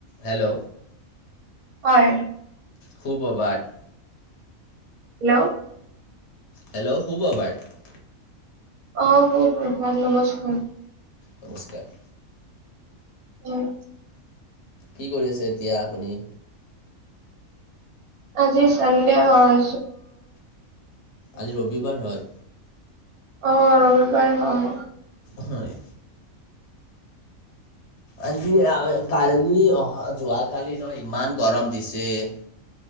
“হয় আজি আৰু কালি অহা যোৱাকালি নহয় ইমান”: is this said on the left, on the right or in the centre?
Left